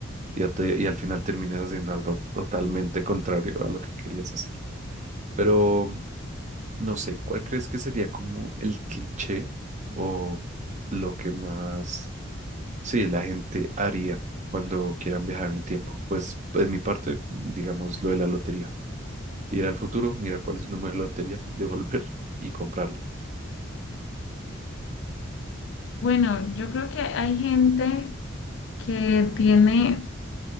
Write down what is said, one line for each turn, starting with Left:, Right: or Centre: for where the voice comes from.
Right: y, a te- y al final terminas haciendo algo totalmente contrario a lo que querías hacer. Pero no sé, ¿cuál crees que sería como el cliché o lo que más, sí, la gente haría cuando quieran viajar en el tiempo? Pues, en mi parte, digamos lo de la lotería ir al futuro, mirar cuál es el número de la lotería, <laughs> devolver y comprarla.
Left: Bueno, yo creo que hay gente que tiene,